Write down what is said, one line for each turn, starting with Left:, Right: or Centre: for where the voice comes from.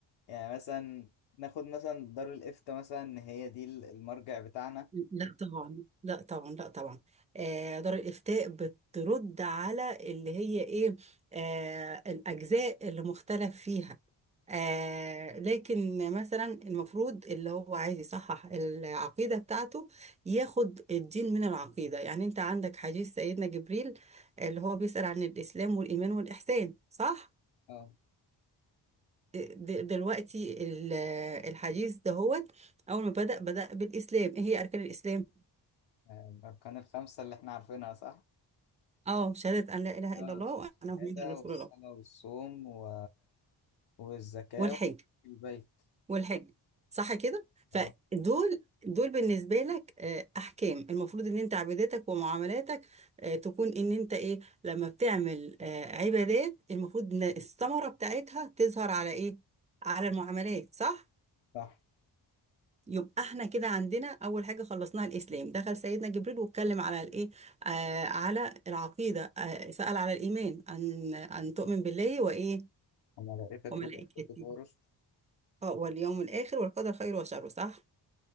Left: يعني مثلا ناخد مثلا دار الإفتاء مثلا إن هي دي ال- المرجع بتاعنا
Right: لا طبعا لا طبعا لا طبعا آه دار الإفتاء بترد على اللي هي إيه آه الأجزاء اللي مختلف فيها آه لكن مثلا المفروض اللي هو عايز يصحح العقيدة بتاعته ياخد الدين من العقيدة يعني أنت عندك حديث سيدنا جبريل اللي هو بيسأل عن الإسلام والإيمان والإحسان صح؟
Left: اه
Right: آه، د- دلوقتي ال- الحديث دهوت أول ما بدأ بدأ بالإسلام إيه هي أركان الإسلام؟
Left: آه، الأركان الخمسة اللي إحنا عارفينها صح؟
Right: اه شهادة أن لا إله
Left: اه
Right: إلا الله
Left: صح
Right: وأنا
Left: الشهادة
Right: محمد رسول
Left: والصلاة
Right: الله
Left: والصوم و... والزكاة
Right: والحج
Left: في البيت
Right: والحج صح كده؟ فدول
Left: اه
Right: دول بالنسبة لك آه، أحكام المفروض إن أنت عباداتك ومعاملاتك آه، تكون إن أنت إيه لما بتعمل آه، عبادات المفروض إن الثمرة بتاعتها تظهر على إيه؟ على المعاملات صح؟
Left: صح
Right: يبقى احنا كده عندنا أول حاجة خلصناها الإسلام دخل سيدنا جبريل واتكلم على الإيه؟ آه على العقيدة آه سأل على الإيمان أن أن تؤمن بالله وإيه؟
Left: وملائكته
Right: وملائكته
Left: وكتب ورسل
Right: اه واليوم الآخر والقدر خيره وشره صح